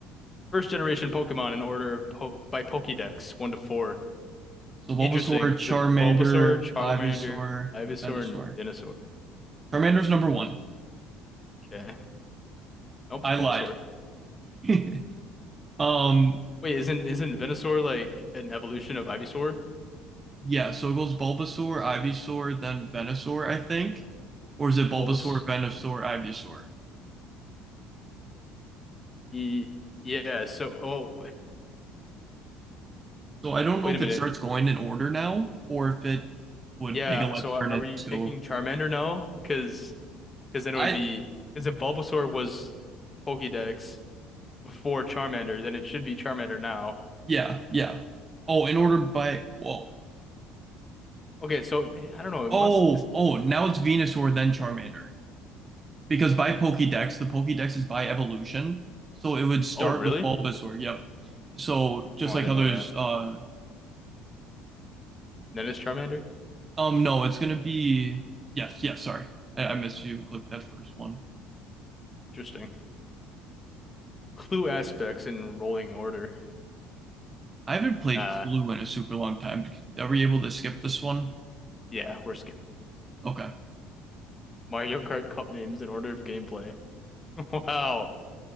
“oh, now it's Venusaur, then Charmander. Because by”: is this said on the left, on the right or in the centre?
Right